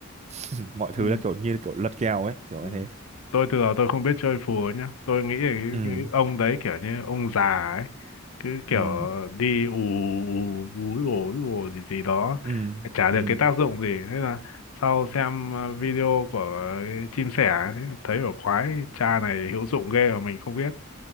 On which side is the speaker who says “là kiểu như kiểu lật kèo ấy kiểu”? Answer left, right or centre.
Right